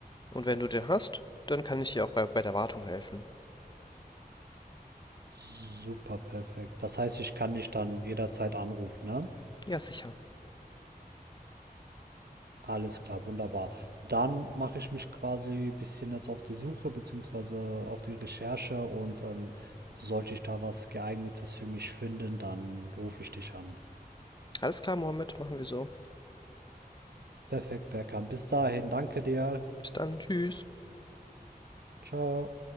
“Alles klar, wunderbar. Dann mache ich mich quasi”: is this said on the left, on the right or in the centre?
Right